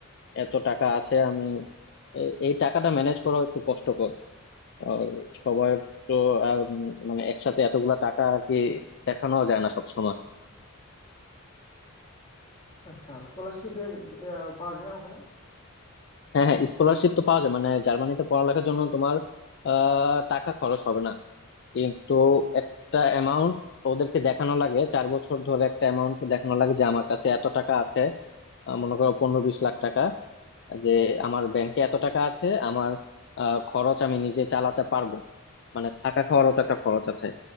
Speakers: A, on the left; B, on the left.
A: এত টাকা আছে আমি এ- এই টাকাটা ম্যানেজ করা একটু কষ্টকর আর সবার তো আর উম মানে একসাথে এতগুলা টাকা আর কি দেখানো যায় না সব সময়
B: আচ্ছা স্কলারশিপের পাওয়া যায় না ওখানে
A: হ্যাঁ হ্যাঁ স্কলারশিপ তো পাওয়া যায় মানে জার্মানিতে পড়ালেখার জন্য তোমার আহ টাকা খরচ হবে না কিন্তু একটা অ্যামাউন্ট ওদেরকে দেখানো লাগে চার বছর ধরে একটা অ্যামাউন্ট দেখানো লাগে যে আমার কাছে এত টাকা আছে আহ মনে করো পনেরো বিশ লাখ টাকা যে আমার ব্যাংকে এত টাকা আছে আমার আহ, খরচ আমি নিজে চালাতে পারবো মানে থাকা খাওয়ারও তো একটা খরচ আছে